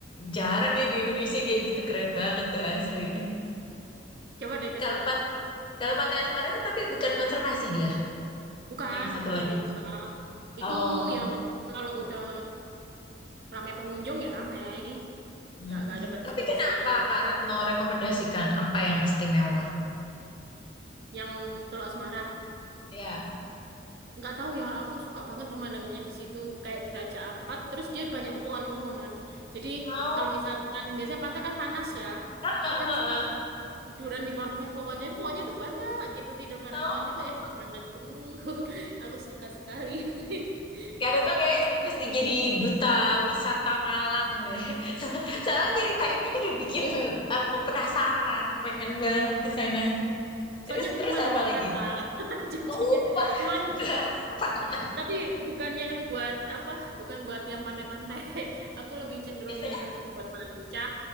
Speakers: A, on the left; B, on the right.
A: Jarang ya
B: Nah,
A: di Indonesia kayak gitu, keren banget tuh asli.
B: coba deh ke
A: Kalau
B: sana.
A: pan, kalau Pantai Asmara itu tapi bukan konservasi dia,
B: Bukan
A: yang satu
B: pantai
A: lagi.
B: biasa. Itu
A: Oh,
B: ya kalau udah ramai pengunjung ya ramai.
A: hmm.
B: Nggak, nggak ada batas-batasan.
A: Tapi kenapa Kak Retno rekomendasikan apa yang istimewa?
B: Yang Teluk Asmara,
A: Ya.
B: nggak tahu ya. Aku suka banget pemandangannya di situ. Kayak di Raja Ampat. Terus dia banyak pepohonan-pepohonan. Jadi
A: Mau,
B: kalau misalkan biasanya pantai kan panas ya.
A: heeh,
B: Kita
A: heeh.
B: misalkan tiduran di bawahnya pohonnya itu pohonnya itu banyak gitu tidur bareng
A: Mau.
B: pohon itu enak banget tuh. <laughs> Aku suka sekali. <laughs>
A: Karena tuh kayaknya
B: Terus
A: mesti jadi duta wisata Malang deh. <laughs> So- Soalnya cerita ini tuh udah bikin aku penasaran, pengen banget ke sana.
B: soalnya
A: Terus
B: aku
A: terus
B: pemandu
A: apa
B: wisata
A: lagi?
B: <laughs> jadinya.
A: Tumpah
B: Cuman
A: berasa. <laughs>
B: Tapi bukan yang buat apa, bukan buat yang pantai-pantai. <laughs> Aku lebih cenderung
A: Biasanya,
B: ke buat manca,